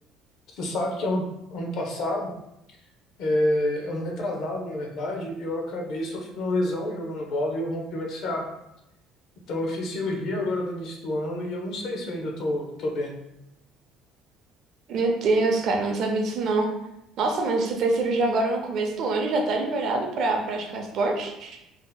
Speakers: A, on the left; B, on the right.
A: você sabe que ano, ano passado É, ano retrasado, na verdade, eu acabei sofrendo uma lesão jogando bola e eu rompi o LCA. Então eu fiz cirurgia agora no início do ano e eu não sei se eu ainda tô, tô bem.
B: Meu Deus, cara, eu não sabia disso não. Nossa, mas você fez cirurgia agora no começo do ano e já tá liberado pra praticar esporte?